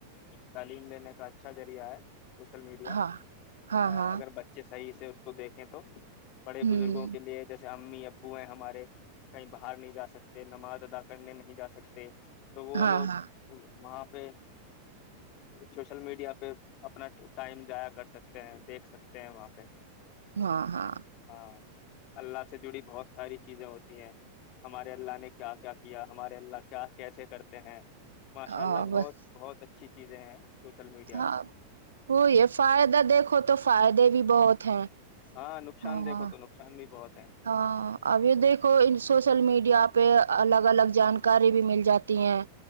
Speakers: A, on the left; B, on the right.
A: تعلیم لینے کا اچھا ذریعہ ہے سوشل میڈیا
B: ہاں ہاں
A: اگر
B: ہاں
A: بچے سے صحیح سے اس کو دیکھیں تو بڑے
B: ہوں
A: بزرگوں کے لیے جیسے جسے امی ابو ہیں ہمارے کہیں باہر نہیں جا سکتے نماز ادا کرنے نہیں جا سکتے تو وہ
B: ہاں
A: لوگ
B: ہاں
A: وہاں پہ سوشل میڈیا پہ اپنا ٹائم جضایا کر سکتے ہیں دیکھ سکتے ہیں وہاں پہ
B: ہاں ہاں
A: ہاں اللہ بہت ساری چیزیں ہوتی ہیں ہمارے اللہ نے کیا کیا کیا ہمارے اللہ کیا کیسے کرتے ہیں ماشاء
B: ہ
A: اللہ بہت
B: بس
A: بہت اچھا اچھی چیزیں ہیں سوشل میڈیا
B: ہاں
A: پہ
B: وہ ہے فائدہ دیکھو تو فائدے بھی بہت ہیں
A: ہاں نقصان
B: ہاں
A: دیکھو تو نقصان بھی بہت ہے
B: ہاں ابھی دیکھو سوشل میڈیا پہ الگ الگ جانکاری بھی مل جاتی ہیں